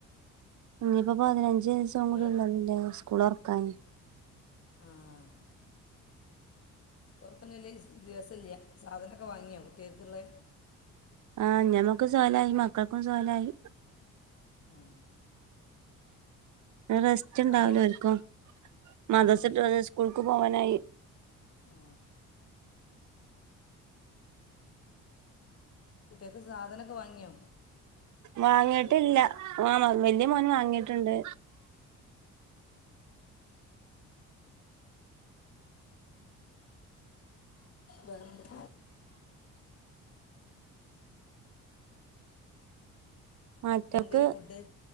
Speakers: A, on the right (about 65°); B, on the left (about 45°).
A: ഇനിയിപ്പോ പതിനഞ്ച ദിവസ്സോ
B: നിങ്ങൾ
A: കൂടി ഉള്ളല്ലേ സ്കൂളൾ തുറ ക്കാൻ.
B: ആഹ തൊറക്കഞ്ഞല്ലേ ദിവസല്ല സാധനമൊക്കെ വാങ്ങിയാ കുട്ടികൾക്കുള്ള
A: ആഹ ഞമ്മക്ക് സാനായി മക്കൾക്കും സാനായി.
B: ആ
A: റെസ്റ്റ് ഉണ്ടാവലോ
B: സാധനം
A: ആരിക്കും. മതസട്ട്
B: അതന്നെ
A: സ്കൂൾക്ക് പോവാനായി.
B: ആ കുട്ടികക്ക് സാധനക്കെ വാങ്ങിയോ
A: വാങ്ങിട്ടില്ല
B: സ്കൂൾക്കുള്ള
A: ആ വലിയ മോൻ വാങ്ങിട്ടുണ്ട്.
B: വന്ത്.
A: മറ്റൊക്ക്
B: ഇന്നെന്തേനു ഫുഡ്